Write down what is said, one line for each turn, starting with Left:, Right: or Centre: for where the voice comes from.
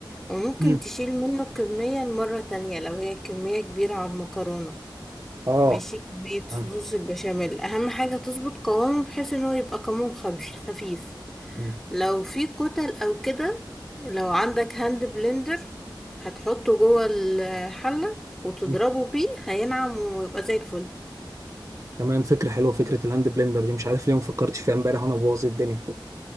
Centre: وممكن
Right: مم.
Centre: تشيل منه الكمية المرة تانية لو هي كمية كبيرة على المكرونة
Right: اه
Centre: ماشي كمية صوص
Right: فهمت
Centre: البشاميل أهم حاجة تظبط قوامه بحيث إن هو يبقى قوام خفيف خفيف
Right: مم.
Centre: لو في كتل أو كده لو عندك هاند بلندر هتحطه جوه الحلة وتضربه
Right: مم.
Centre: بيه هينعم ويبقى زي الفل
Right: تمام فكره حلوه فكره الهاند بلندر دي مش عارف ليه ما فكرتش فيها امبارح وانا بوظ الدنيا